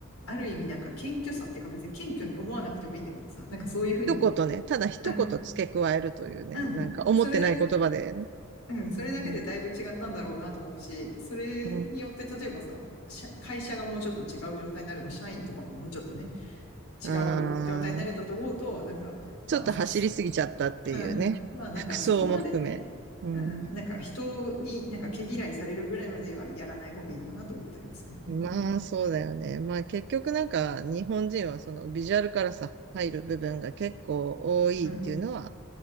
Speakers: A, on the left (about 80°); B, on the right (about 55°).
A: ある意味なんか謙虚さっていうか別に謙虚に思わなくてもいいんだけどさ、なんかそういうふうに、
B: 一言ね、ただ一言付け加えるというね、
A: うん、うん、
B: なんか思ってない言葉でね。
A: それだけ、うん、それだけでだいぶ違ったんだろうなと思うし、
B: うん
A: それによって例えばさ、
B: う
A: 社会社がもうちょっと違う状態になれば、社員とかももうちょっとね、違う状態になれたと思うと、
B: ん、あー
A: なんか、
B: ちょっと走りすぎちゃったっていうね。
A: まあ、複数うん。まあなんかそこまでね、
B: 服装も含め。うん、
A: うん、なんか人になんか毛嫌いされるぐらいまではやらない方がいいのかなと思ったりもするよね。
B: まあ、そうだよね。まあ、結局なんか日本人はそのビジュアルからさ、入る部分が結構多いっていうのは、
A: うん。